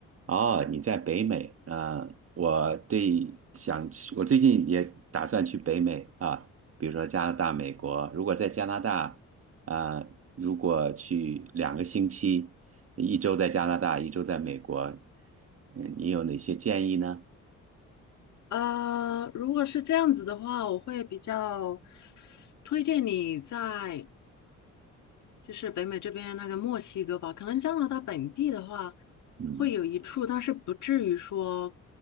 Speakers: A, on the right; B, on the left.
A: 哦，你在北美，嗯、我对想去，我最近也打算去北美啊，比如说加拿大、美国。如果在加拿大，啊、如果去两个星期，一周在加拿大，一周在美国，嗯，你有哪些建议呢？
B: 呃，如果是这样子的话，我会比较推荐你在就是北美这边那个墨西哥吧。可能加拿大本地的话
A: 嗯，
B: 会有一处，但是不至于说